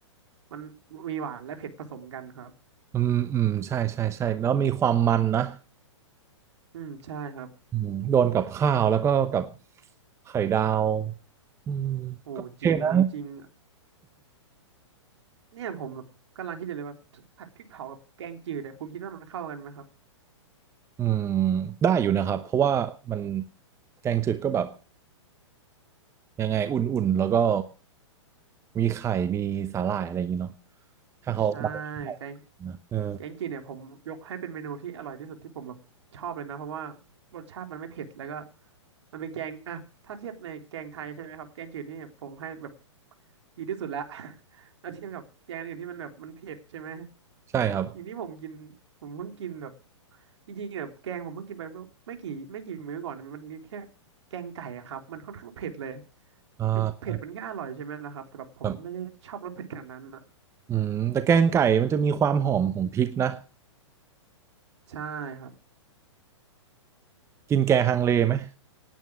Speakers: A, on the right; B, on the right.
A: มันมีหวานและเผ็ดผสมกันครับ
B: อืมอืมใช่ใช่ใช่แล้วมีความมันนะ
A: อืมใช่ครับ
B: อืมโดนกับข้าวแล้วก็กับไข่ดาวอืมก็โอเคนะ
A: โอ้จริงครับจริงเนี่ยผมแบบกำลังคิดอยู่เลยว่าผัดพริกเผากับแกงจืดเนี่ยคุณคิดว่ามันเข้ากันไหมครับ
B: อืมได้อยู่นะครับเพราะว่ามันแกงจืดก็แบบยังไงอุ่นๆแล้วก็มีไข่มีสาหร่ายอะไรอย่างงี้เนาะถ้าเขาแบบ
A: ใช่แกง
B: นะเออ
A: แกงจืดเนี่ยผมยกให้เป็นเมนูที่อร่อยที่สุดที่ผมแบบชอบเลยนะเพราะว่ารสชาติมันไม่เผ็ดแล้วก็มันเป็นแกงอ่ะถ้าเทียบในแกงไทยใช่ไหมครับแกงจืดนี่ผมให้แบบดีที่สุดละ <laughs> แล้วเทียบกับแกงอื่นที่มันแบบมันเผ็ดใช่ไหม
B: ใช่ครับ
A: อย่างที่ผมกินผมเพิ่งกินแบบจริงๆแบบแกงผมเพิ่งกินไปเพิ่งไม่กี่ไม่กี่มื้อก่อนเนี่ยมันมีแค่แกงไก่อะครับมันค่อนข้างเผ็ดเลย
B: อ่า
A: คือเผ็ดมันก็อร่อยใช่ไหมล่ะครับแต่แบบผมไม่ได้ชอบรสเผ็ดขนาดนั้นอ่ะ
B: แบบอืมแต่แกงไก่มันจะมีความหอมของพริกนะ
A: ใช่ครับ
B: กินแกงฮังเลไหม